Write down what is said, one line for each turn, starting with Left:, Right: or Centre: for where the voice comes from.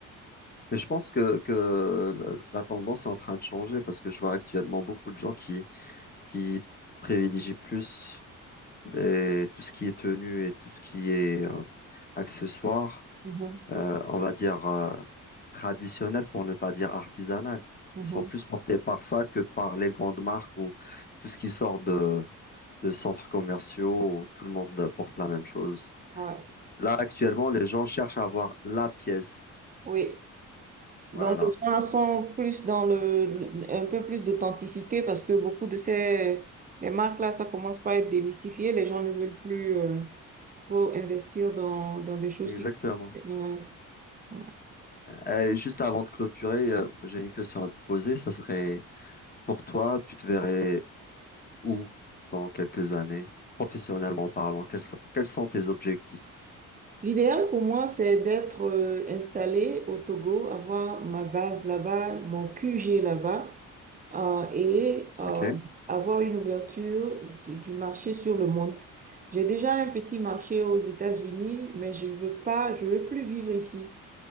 Left: Mais je pense que, que la, la tendance est en train de changer parce que je vois actuellement beaucoup de gens qui, qui privilégient plus des- tout ce qui est tenue et tout ce qui est euh, accessoire
Right: Mhm,
Left: euh, on va dire, euh, traditionnels pour ne pas dire artisanales.
Right: mhm,
Left: Ils sont plus portés par ça que par les grandes marques ou tout ce qui sort de, de centres commerciaux où tout le monde euh, porte la même chose.
Right: ouais.
Left: Là, actuellement, les gens cherchent à avoir la pièce.
Right: Oui.
Left: Voilà,
Right: Donc, les gens sont plus dans le, le- un peu plus d'authenticité parce que beaucoup de ces les marques-là, ça commence par être démystifié. Les gens ne veulent plus euh, trop investir dans, dans des choses
Left: exactement.
Right: qui. Ouais, ouais.
Left: Euh, juste avant de clôturer, euh, j'ai une question à te poser. Ça serait, pour toi, tu te verrais où dans quelques années, professionnellement parlant? Quels, sont quels sont tes objectifs?
Right: L'idéal pour moi, c'est d'être euh, installé au Togo, avoir ma base là-bas, mon QG là-bas. euh, et euh,
Left: OK?
Right: avoir une ouverture de- du marché sur le monde. J'ai déjà un petit marché aux États-Unis, mais je veux pas, je veux plus vivre ici.